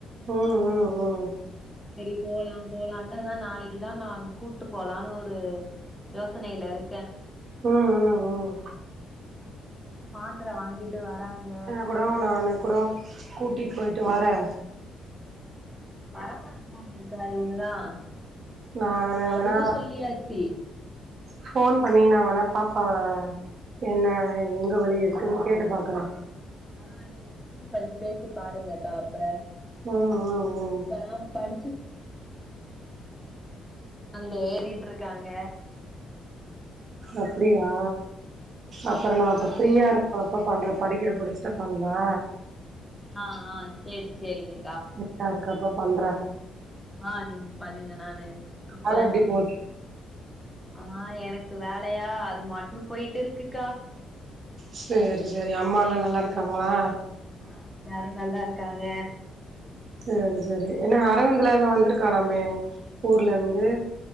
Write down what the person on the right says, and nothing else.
ம் ம் ம்
ம் ம் ம்
குடோ நானு குடோ கூட்டிட்டு போய்டிட்டு வரே
நானு
வேணா
ஃபோன் பண்ணி வேணா நா பாப்பா என்ன எங்க வழி இருக்குன்னு கேட்டு பாக்குறே
ம் ம் ம்
அப்பிடியா அப்றோ நா அப்ப
ஃப்ரீயா இருப் ப்ப பண்ற படிக்கிறப்போ டிஸ்டப் பண்ல
<unintelligible> இருக்கப்ப பண்ற
அதெல்லா எப்டி போ
சேரி சேரி அம்மா எல்லா நல்லா இருக்காங்களா
சேரி சேரி என்னா அரவிந்தெல்ல வந்திருக்கா நாமே ஊர்ல இருந்து